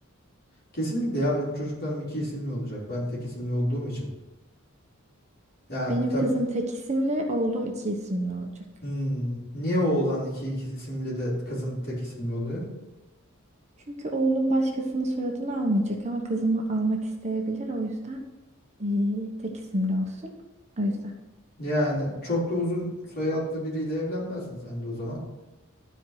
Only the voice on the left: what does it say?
Kesinlikle ya benim çocuklarım iki isimli olacak. Ben tek isimli olduğum için. Ya
tab-
Hmm, niye oğlan iki, iki isimli de kızın tek isimli oluyor?
Yani çok da uzun soyadlı biriyle evlenmezsin sen de o zaman.